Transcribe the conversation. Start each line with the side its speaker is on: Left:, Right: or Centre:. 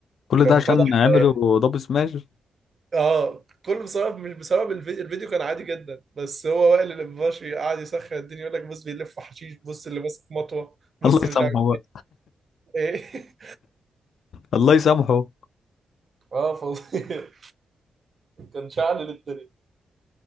Left: كل
Right: كان
Left: ده عشان
Right: فضح
Left: عملوا
Right: الآية.
Left: دبل سماش <laughs>
Right: اه كله بسبب مش بسبب الفيديو, الفيديو كان عادي جدا بس هو وائل الابواشي قاعد يسخن الدنيا يقول لك بص بيلف حشيش بص اللي ماسك مطوه بص
Left: الله يسامحه
Right: مش عارف
Left: بقى
Right: ايه
Left: الله يسامحه
Right: <laughs> اه فظيع كان شعل للدنيا